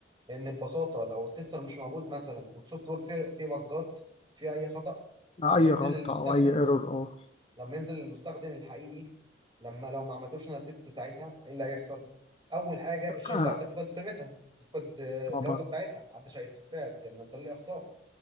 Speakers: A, on the right; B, on the left.
A: لان ببساطه لو التستر مش موجود مثلا والسوفت وير فيه فيه بجات فيه اي خطا لما
B: أي
A: ينزل
B: غلطة
A: للمستخدم
B: أو أي ايرور أه
A: لما ينزل للمستخدم الحقيقي لما لو ما عملتوش انا تيست ساعتها ايه اللي هيحصل اول حاجه الشركه
B: آه،
A: هتفقد قيمتها تفقد آه، الجوده
B: طبعا
A: بتاعتها ما حدش هيستفاد نزل لي اخطاء